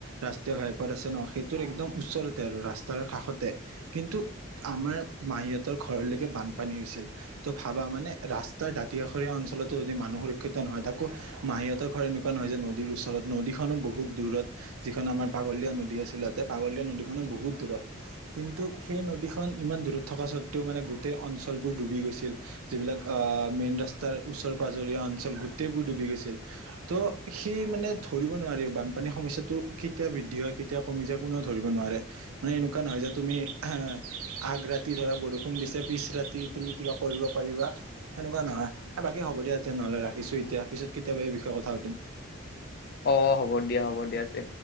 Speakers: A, on the right; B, on the left.
A: ৰাষ্ট্ৰীয় ঘাই পথ আছে ন'সেইটোৰ একদম ওচৰতে আৰু ৰাস্তাৰ কাষতে কিন্তু আমাৰ মাহীঁহতৰ ঘৰলৈকে বানপানী হৈছিল। ত' ভাবা মানে ৰাস্তাৰ দাঁতিকাখৰীয়া অঞ্চলতো যদি মানুহ সুৰক্ষিত নহয় তাকো মাহীঁহতৰ ঘৰ এনেকুৱা নহয় যে নদীৰ ওচৰত নদীখনো বহুত দূৰত যিখন আমাৰ পাক পাগলদিয়া নদী আছিল তাতে পাগলদিয়া নদীখনো বহুত দূৰত। কিন্তু সেই নদীখন ইমান দূৰত থকা স্বত্ত্বেও মানে গোটেই অঞ্চলবোৰ ডুবি গৈছিল। যিবিলাক আহ মেইন ৰাস্তাৰ ওচৰ পাজৰীয়া অঞ্চল গোটেইবোৰ ডুবি গৈছিল। ত' সি মানে ধৰিব নোৱাৰি বানপানীৰ সমস্যাটো কেতিয়া বৃদ দ্ধি হয় কেতিয়া কমি যায় কোনেও ধৰিব নোৱাৰে। মানে এনেকোৱা নহয় যে তুমি আহ আগ ৰাতি ধৰা বৰষুণ দিছে পিছ ৰাতি- তুমি কিবা কৰিব পাৰিবা। সেনেকোৱা নহয় এ বাকী হ'ব দিয়া এতিয়া নহলে ৰাখিছো এতিয়া পিছত কেতিয়াবা এই বিষয়ে কথা পাতিম।
B: অ, হ'ব দিয়া- হ'ব দিয়া তে।